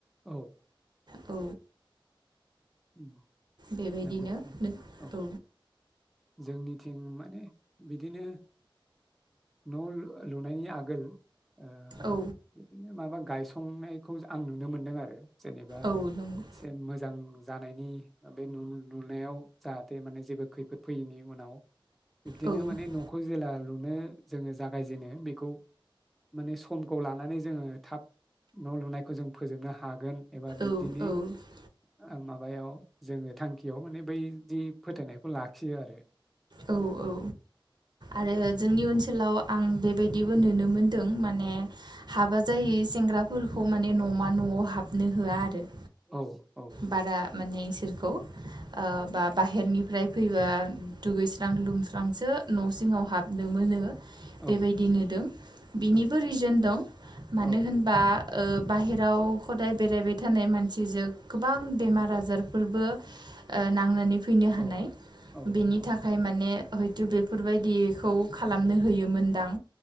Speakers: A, in the centre; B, on the right.
A: औ।
B: औ।
A: उम
B: बेबायदिनो
A: नंगौ नोंथां
B: <unintelligible>
A: औ जोंनिथिं माने बिदिनो न' लु लुनायनि आगोल ओ
B: औ
A: बिदिनो माबा गायसंनायखौ जा आं नुनो मोनदों आरो जेनेबा
B: औ नंगौ
A: एसे मोजां जानायनि बे नु नुनायाव जाहाथे माने जेबो खैफोद फैयैनि उनाव बिबदिनो
B: औ
A: माने नखौ जेला लु नो जोङो जागायजेनो बेखौ माने समखौ लानानै जोङो थाब न' लुनायखौ जों फोजोबनो हागोन एबा बिब्दिनि
B: औ औ
A: ओं माबायाव जोङो थांखियाव माने बै दि फोथायनायखौ लाख खियो आरो
B: औ औ आरो जोंनि ओनसोलाव आं बेबायदि नुनो मोन्दों माने हाबा जायि सेंग्राफोरखौ माने न'मा न'आव हाबनो होआ आरो
A: औ औ
B: बारा माने इसोरखौ ओ बा बाहेरनिफ्राय फैबा दुगैस्रां लुंस्रांसो न' सिङाव हाबनो मोनो
A: औ
B: बेबायदि नुदों, बिनिबो
A: औ
B: रिजोन दं मानो
A: औ
B: होनबा ओ बाहेराव हदाय बेरायबाय थानाय मानसिजों गोबां बेमार आजारफोरबो औ नांनानै फै फैनो
A: औ
B: हानाय
A: औ
B: बेनि
A: औ
B: ओमफ्राय माने हयथ' बेफोरबायदिखौ खालामनो होयोमोनदां